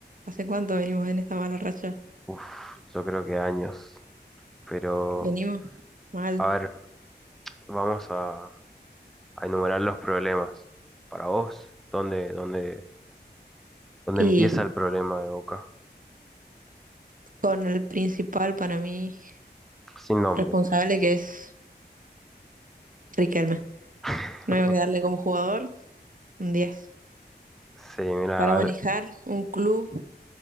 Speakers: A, on the right; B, in the centre.
A: ¿Hace cuánto venimos en esta mala racha?
B: uf, yo creo que años. Pero,
A: Venimos mal.
B: a ver, vamos a, a enumerar los problemas. Para vos, ¿dónde, dónde, dónde
A: Y
B: empieza el problema de Boca?
A: con el principal para mí
B: Sin nombres.
A: responsable que es Riquelme.
B: <laughs>
A: No hay que darle como jugador un diez
B: Sí, mira,
A: Para manejar
B: a ver,
A: un club